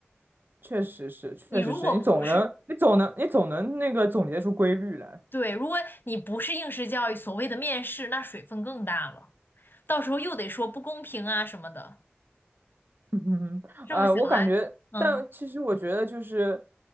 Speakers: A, on the right; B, on the left.
A: 确实是，确实是你总能，
B: 你如果不是，
A: 你总能，你总能那个总结出规律来。
B: 对，如果你不是应试教育，所谓的面试，那水分更大了，到时候又得说不公平啊什么的。
A: 嗯哼
B: 这么想来，
A: 嗯，呃，我感觉，
B: 嗯
A: 但其实我觉得就是，